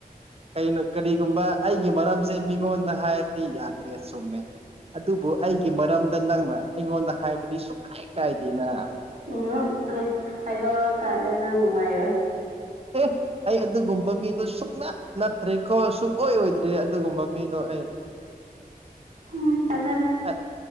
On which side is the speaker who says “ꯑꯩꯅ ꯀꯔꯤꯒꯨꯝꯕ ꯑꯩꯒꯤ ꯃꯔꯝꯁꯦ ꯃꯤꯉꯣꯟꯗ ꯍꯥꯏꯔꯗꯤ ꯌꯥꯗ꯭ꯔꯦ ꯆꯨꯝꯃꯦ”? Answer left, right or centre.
Right